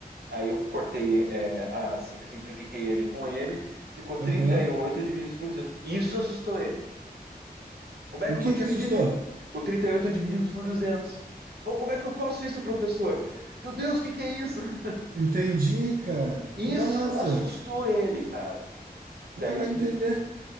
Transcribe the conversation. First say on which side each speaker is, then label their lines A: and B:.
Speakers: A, on the right; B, on the right.
A: aí eu cortei, é, a- si- simplifiquei M com M, ficou 38
B: aham.
A: divididos por 200. Isso assustou ele. Como é
B: O
A: que eu
B: que
A: vou dividir
B: que assustou?
A: tri- o 38 divididos por 200? ou como é que eu faço isso, professor? Meu Deus, o que que é isso? <laughs>
B: Entendi, cara.
A: Isso
B: Nossa,
A: assustou ele, cara. Daí
B: vai
A: eu
B: vai
A: explico.
B: entender.